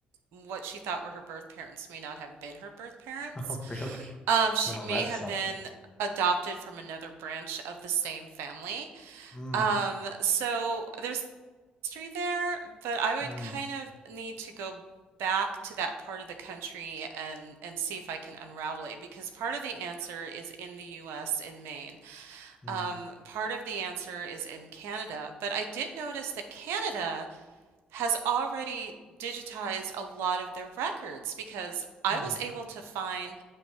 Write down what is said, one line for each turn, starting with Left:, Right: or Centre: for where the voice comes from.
Right: what she thought were her birth parents may not have been her birth parents.
Left: Oh, really?
Right: Um, she
Left: Well,
Right: may
Left: that's
Right: have
Left: something.
Right: been adopted from another branch of the same family.
Left: Mm,
Right: Um, so there's history there, but I
Left: mm,
Right: would kind of need to go back to that part of the country and and see if I can unravel it because part of the answer is in the US in Maine.
Left: mm,
Right: Um, part of the answer is in Canada, but I did notice that Canada has already digitized a lot of their records because I
Left: mm,
Right: was able to find